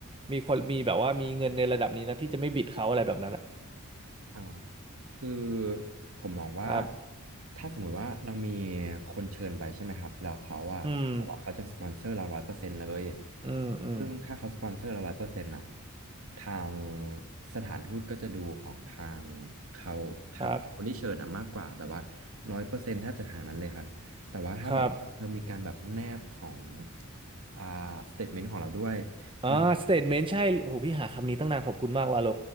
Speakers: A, on the right; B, on the right.
A: มีคนมีแบบว่ามีเงินในระดับนี้นะที่จะไม่บิดเขาอะไรแบบนั้นนะ
B: อ่าคือผมมองว่า
A: ครับ
B: ถ้าสมมุติว่าเรามีคนเชิญไปใช่ไหมครับแล้วเขาอะบอกว่าเขาจะสปอนเซอร์เราร้อยเปอร์เซ็นต์เลย
A: อืมอืมอืม
B: ซึ่งถ้าเขาสปอนเซอร์เราร้อยเปอร์เซ็นต์อะทางสถานทูตก็จะดูของทางเขาทางคนที่เชิญอะมากกว่าแบบว่า
A: ครับ
B: ร้อยเปอร์เซ็นต์แทบจะทางนั้นเลยครับแต่ว่าถ้าแบบเรามีการแบบแนบของ
A: ครับ
B: อ่าสเตทเมนต์ของเราด้วย
A: อ่าสเตทเมนต์ใช่โหพี่หาคำนี้ตั้งนานขอบคุณมากวาโล
B: มัน